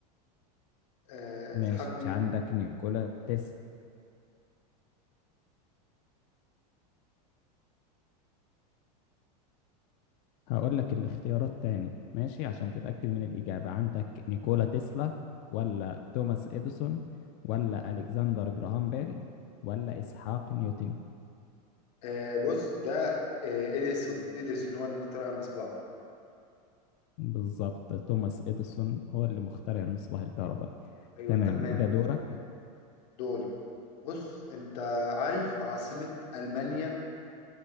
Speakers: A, on the left; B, on the left.
A: آه،
B: ماشي
A: اسحاق نيوتن
B: عندك نيكولا تسلا هقول لك الاختيارات تاني ماشي عشان تتأكد من الإجابة عندك نيكولا تسلا ولا توماس إديسون ولا ألكسندر جراهام بيل ولا إسحاق نيوتن
A: آه، بص ده آه، اديسون اديسون هو اللي مخترع المصباح
B: بالظبط توماس إديسون هو اللي مخترع المصباح الكهربائي
A: ايوه
B: تمام
A: تمام
B: جدورك
A: ماشي دوري بص انت عارف عاصمة المانيا